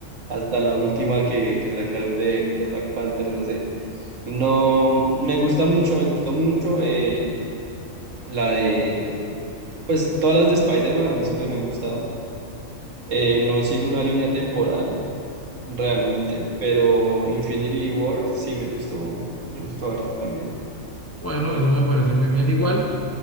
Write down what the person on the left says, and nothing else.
Bueno,
eso me
parece muy bien.
Igual.